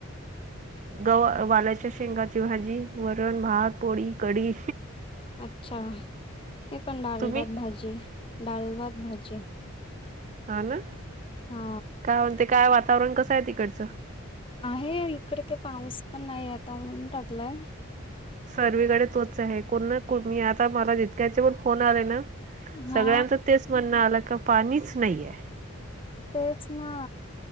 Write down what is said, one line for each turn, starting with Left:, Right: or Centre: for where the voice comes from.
Right: गव वाल्याच्या शेंगाची भाजी वरण, भात, पोळी, कढी.
Left: अच्छा हे पण डाल
Right: तुम्ही
Left: भात भाजी डालभात भाजी
Right: हा ना
Left: हा
Right: काय म्हणते काय वातावरण कसं आहे तिकडचं
Left: आहे इकडे काही पाऊस पण नाही आता होऊन टाकलाय
Right: सर्वीकडे तोच आहे कोण ना मी आता मला जितक्याचे पण फोन आले ना
Left: हा
Right: सगळ्यांचं तेच म्हणणं आलं का पाणीच नाहीेये.
Left: तेच ना